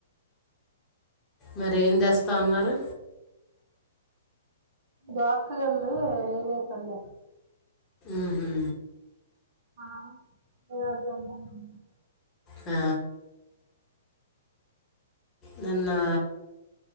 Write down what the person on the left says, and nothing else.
మరి ఏం తెస్తా అన్నారు
ఉహు.
ఆ నిన్న